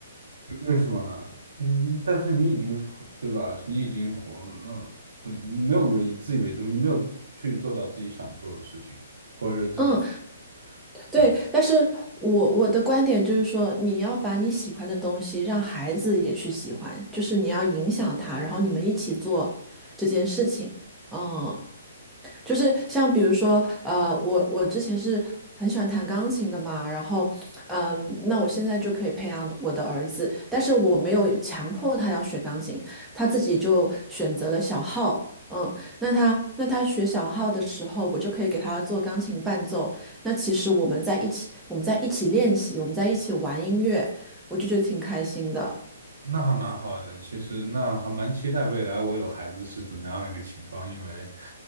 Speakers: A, on the right; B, in the centre.
A: 为什么呢？嗯，但是你已经活对吧？你已经活了，怎么你没有以自己为中，你没有去做到自己想做的事情，或者是自己
B: 嗯。
A: 想，
B: 对，但是我我的观点就是说，你要把你喜欢的东西让孩子也去喜欢，就是你要影响他，然后你们一起做这件事情。嗯，就是像比如说，呃，我我之前是很喜欢弹钢琴的嘛，然后，嗯，那我现在就可以培养我的儿子，但是我没有强迫他要学钢琴，他自己就选择了小号。嗯，那他那他学小号的时候，我就可以给他做钢琴伴奏。那其实我们在一起，我们在一起练习，我们在一起玩音乐，我就觉得挺开心的。
A: 那还蛮好的。其实那还蛮期待未来我有孩子是怎么样一个情况，因为